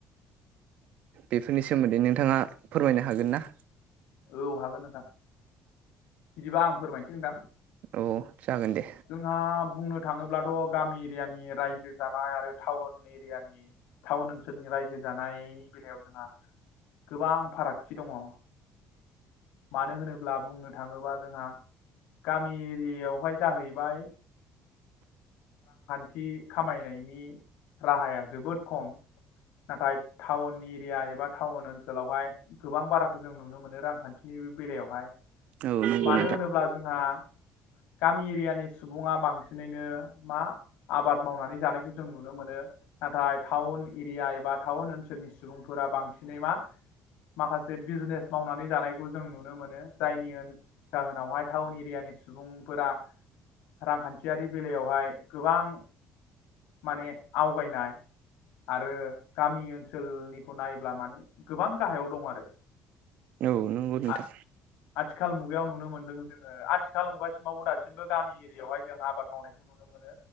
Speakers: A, on the right (about 70°); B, on the left (about 85°).
A: बेफोरनि सोमोन्दै नोंथाङा फोरमायनो हागोन ना?
B: औ हागोन नोंथां बिदिबा आं फोरमायनोसै नोंथां।
A: औ जागोन दे
B: जोंहा बुंनो थाङोब्ला ' गामि एरियानि रायजो जानाय आरो टाउन एरियानि टाउन ओनसोलनि रायजो जानाय। बेलायाव जोंहा गोबां फारागथि दङ। मानो होनोब्ला बुंनो थाङोबा जोंहा गामि एरियाआवहाय। जाहैबाय कि खामायनायनि राहाया जोबोद खम नाथाय टाउन एरिया एबा टाउन ओनसोलावहाय गोबां बाराखौ जों नुनो मोनो रांखान्थिनि बे बेलायावहाय
A: औ नंगौ
B: मानो
A: नोंथां
B: होनोब्ला जोंहा गामि एरियानि सुबुङा बांसिनैनो मा आबाद मावनानै जानायखौ जों नुनो मोनो नाथाय टाउन एरिया एबा टाउन ओनसोलनि सुबुंफोरा बांसिनै मा माखासे बिजनेस मावनानै जानायखौ जों नुनो मोनो जायनि जाहोनावहाय टाउन एरियानि सुबुंफोरा रांखान्थियारि बेलायावहाय गोबां माने आवगायनाय आरो गामि ओनसोलनिखौ नायब्ला माने गोबां गाहायाव दं आरो
A: औ नंगौ नोंथां
B: आ आथिखाल मुगायाव नुनो मोनदों जोङो आथिखाल मुगासिमावबो दासिमबो गामि एरियावहाय जों आमावनायखौ नुनो मोनो